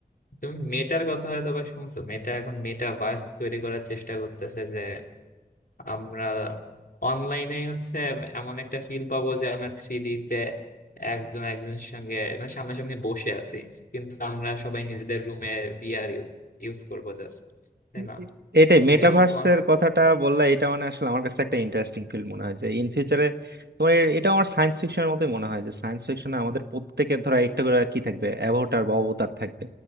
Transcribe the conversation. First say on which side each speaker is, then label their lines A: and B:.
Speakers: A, on the left; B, on the right.
A: তুমি মেটার কথা হয়তো বা শুনছো মেটা এখন মেটা ভার্স তৈরি করার চেষ্টা করতেছে যে আমরা অনলাইনে হচ্ছে এমন একটা ফিল পাবো যে আমরা থ্রি ডি তে একজন একজনের সঙ্গে মানে সামনাসামনি বসে আছি কিন্তু আমরা সবাই নিজেদের রুমে ভিআর ইউজ করবো জাস্ট তাই
B: এ-
A: না
B: এটাই
A: তো
B: মেটাভার্সের
A: এই কনস
B: কথাটা বললা এটা মানে আসলে আমার কাছে একটা ইন্টারেস্টিং ফিল্ড মনে হয় যে ইন ফিউচারে তোমার এ- এটা আমার সায়েন্স ফিকশনের মতোই মনে হয় যে সায়েন্স ফিকশনে আমাদের প্রত্যেকের ধরো একটা করে কি থাকবে অ্যাভাটার বা অবতার থাকবে